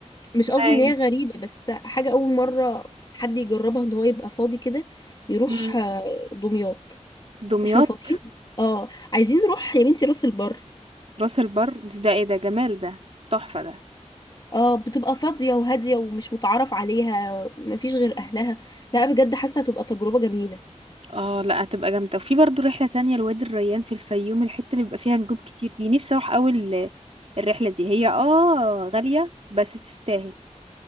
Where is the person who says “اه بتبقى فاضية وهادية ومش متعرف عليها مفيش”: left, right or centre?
Left